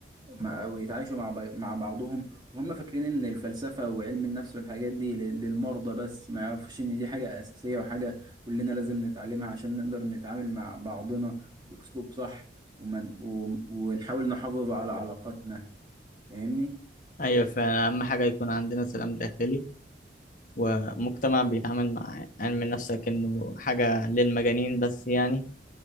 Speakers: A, on the right; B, on the left.
A: مع- ويتعايشوا مع بي- مع بعضهم وهم فاكرين ان الفلسفة وعلم النفس والحاجات دي لل- للمرضى بس ما يعرفش ان دي حاجة اساسية وحاجة كلنا لازم نتعلمها عشان نقدر نتعامل مع بعضنا باسلوب صح ومن و- ونحاول نحافظ على علاقاتنا فاهمني
B: أيوة فعلا أهم حاجة يكون عندنا سلام داخلي ومجتمع بيتعامل مع علم النفس كأنه حاجة للمجانين بس يعني